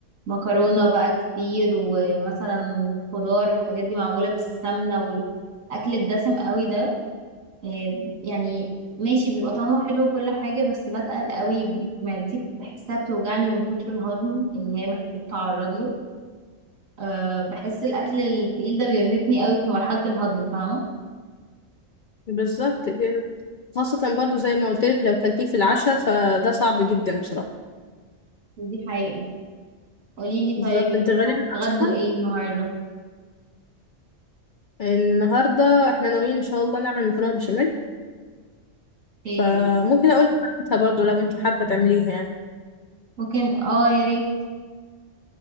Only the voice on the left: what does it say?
بالظبط كده خاصة برضو زي ما قلت لك لو كلتيه في العشاء فده صعب جدا بصراحة
بالظبط
انت غالبا
اصلا
النهاردة احنا ناويين ان شاء الله نعمل مكرونة بشاميل
فممكن اقول لك بتاعتها برضو لو انت حابة تعمليها يعني